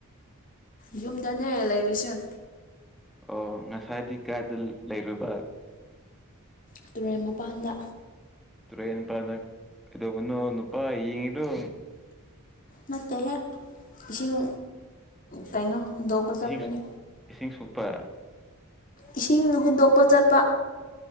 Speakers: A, on the left; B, in the centre.
A: ꯌꯨꯝꯗꯅꯦ ꯂꯩꯔꯤꯁꯦ
B: ꯑꯣ ꯉꯁꯥꯏꯗꯤ ꯀꯥꯏꯗ ꯂꯩꯔꯨꯕ
A: ꯇꯨꯔꯦꯜ ꯃꯄꯥꯟꯗ
B: ꯇꯨꯔꯦꯜ ꯃꯄꯥꯟꯗ ꯀꯩꯗꯧꯕꯅꯣ ꯅꯨꯄꯥ ꯌꯦꯡꯉꯤꯔꯣ
A: ꯅꯠꯇꯦꯍꯦ ꯏꯁꯤꯡ ꯀꯩꯅꯣ ꯍꯨꯟꯗꯣꯛꯄ ꯆꯠꯄꯅꯦ
B: ꯏꯁꯤꯡ ꯏꯁꯤꯡ ꯁꯣꯛꯄ
A: ꯏꯁꯤꯡ ꯍꯨꯟꯗꯣꯛꯄ ꯆꯠꯄ